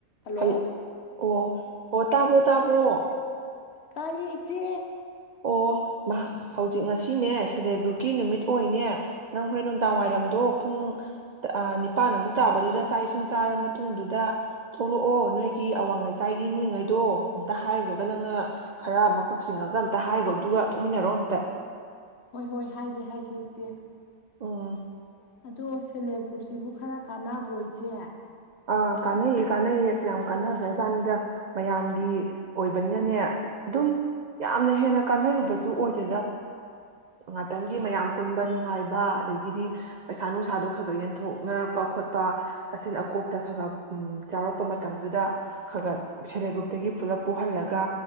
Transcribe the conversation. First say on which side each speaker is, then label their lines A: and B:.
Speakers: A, on the left; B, on the right.
A: ꯍꯜꯂꯣ
B: ꯍꯂ ꯑꯣ ꯑꯣ ꯇꯥꯕ꯭ꯔꯣ ꯇꯥꯕ꯭ꯔꯣ
A: ꯇꯥꯏꯌꯦ ꯏꯆꯦ
B: ꯑꯣ ꯃꯥ ꯍꯧꯖꯤꯛ ꯉꯁꯤꯅꯦ ꯁꯦꯜꯐ ꯍꯦꯜꯞ ꯒ꯭ꯔꯨꯞꯀꯤ ꯅꯨꯃꯤꯠ ꯑꯣꯏꯅꯦ ꯅꯪ ꯍꯣꯔꯦꯟ ꯅꯨꯡꯗꯥꯡ ꯋꯥꯏꯔꯝꯗꯣ ꯄꯨꯡ ꯅꯤꯄꯥꯟ ꯑꯃꯨꯛ ꯇꯥꯕꯗꯨꯗ ꯆꯥꯛ ꯏꯁꯤꯡ ꯆꯥꯔ ꯃꯇꯨꯡꯗꯨꯗ ꯊꯣꯛꯂꯛꯑꯣ ꯅꯣꯏꯒꯤ ꯑꯋꯥꯡ ꯂꯩꯀꯥꯏꯒꯤ ꯃꯤꯉꯩꯗꯣ ꯑꯝꯇ ꯍꯥꯏꯈ꯭ꯔꯒ ꯅꯪꯅ ꯈꯔ ꯃꯀꯣꯛ ꯆꯤꯡꯉꯒ ꯑꯝꯇ ꯍꯥꯏꯈꯣ ꯑꯗꯨꯒ ꯊꯣꯛꯃꯤꯟꯅꯔꯣ ꯑꯝꯇ
A: ꯍꯣꯏ ꯍꯣꯏ ꯍꯥꯏꯒꯦ ꯍꯥꯏꯒꯦ ꯏꯆꯦ
B: ꯑꯣ
A: ꯑꯗꯣ ꯁꯦꯜꯞ ꯍꯦꯜꯞ ꯒ꯭ꯔꯨꯞꯁꯤꯕꯨ ꯈꯔ ꯀꯥꯟꯅꯕ ꯍꯣ ꯏꯆꯦ!
B: ꯑꯥ ꯀꯥꯟꯅꯩꯌꯦ ꯀꯥꯟꯅꯩꯌꯦꯁꯨ ꯌꯥꯝ ꯀꯥꯟꯅꯈ꯭ꯔ ꯖꯥꯠꯅꯤꯗ ꯃꯌꯥꯝꯒꯤ ꯑꯣꯏꯕꯅꯤꯅꯅꯦ ꯑꯗꯨꯝ ꯌꯥꯝꯅ ꯍꯦꯟꯅ ꯀꯥꯟꯅꯔꯨꯕꯁꯨ ꯑꯣꯏꯗꯦ ꯉꯇꯪꯒꯤ ꯃꯌꯥꯝ ꯄꯨꯟꯕ ꯅꯨꯡꯉꯥꯏꯕ ꯑꯗꯒꯤꯗꯤ ꯄꯩꯁꯥ ꯅꯨꯡꯁꯥꯗꯣ ꯈꯔ ꯈꯔ ꯌꯦꯟꯊꯣꯛꯅꯔꯛꯄ ꯈꯣꯠꯄ ꯑꯁꯤꯅ ꯑꯀꯣꯝ ꯍꯛꯇ ꯈ ꯈꯔ ꯌꯥꯎꯔꯛꯄ ꯃꯇꯝꯗꯨꯗ ꯈ ꯈꯔ ꯁꯦꯜꯐ ꯍꯦꯜꯞ ꯒ꯭ꯔꯨꯞꯇꯒꯤ ꯄꯨꯂꯞ ꯄꯨꯍꯜꯂꯒ